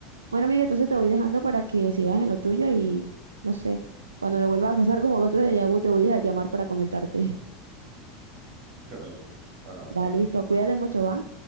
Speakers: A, on the right; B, on the right.
A: Bueno, Miguel, entonces te voy dejando para que sigas en lo tuyo y no sé, cuando me vuelva a pasar como que otro déjà vu te voy a llamar para comentarte.
B: <laughs> Vale, vale. Bueno,
A: <laughs> Va,
B: eh,
A: listo, cuídate mucho, ¿va?